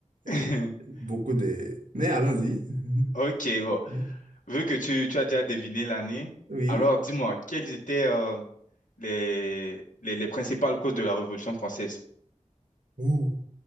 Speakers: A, on the left (about 75°); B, on the right (about 85°).
A: <laughs>
B: euh, beaucoup de... Mais allons-y. <laughs>
A: Ok, bon.
B: Oui.
A: Vu que tu, tu as déjà deviné l'année,
B: Oui.
A: alors dis-moi, quelles étaient euh, les, les, les principales causes de la Révolution française?
B: Ouh.